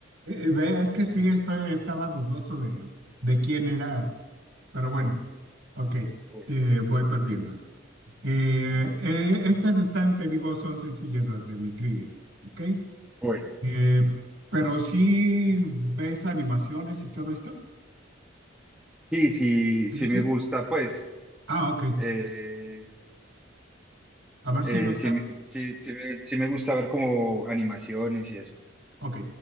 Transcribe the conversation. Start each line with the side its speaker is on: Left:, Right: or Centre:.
Right: eh, ve, es que sí, estoy, estaba dudoso de, de quién era, pero bueno, ok.
Centre: Bueno.
Right: Eh, voy perdiendo yo. Eh, eh, estas están, te digo, son sencillas las de mi trivia, ¿ok?
Centre: Bueno,
Right: Eh, pero sí ves animaciones y todo esto.
Centre: sí, sí,
Right: Sí,
Centre: sí
Right: sí,
Centre: me
Right: sí.
Centre: gusta, pues.
Right: Ah, ok.
Centre: eh,
Right: A ver
Centre: eh,
Right: si no está.
Centre: sí, me- sí, sí me, sí me gusta ver como animaciones y eso.
Right: Ok.